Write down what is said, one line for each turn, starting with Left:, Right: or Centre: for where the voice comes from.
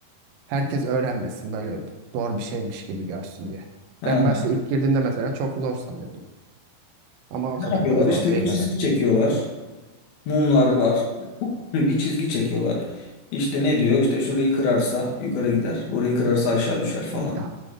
Right: Herkes öğrenmesin böyle zor bir şeymiş gibi görsün diye.
Left: Ha.
Right: Ben başta ilk girdiğimde mesela çok zor sanıyordum. Ama o
Left: Ne
Right: kadar
Left: yapıyorlar?
Right: da zor
Left: İşte
Right: değil
Left: bir çizgi
Right: öğrendim.
Left: çekiyorlar. Mumlar var. Hı, Bir çizgi çekiyorlar. İşte ne diyor? İşte şurayı kırarsa yukarı gider. Burayı kırarsa aşağı düşer falan.
Right: Ya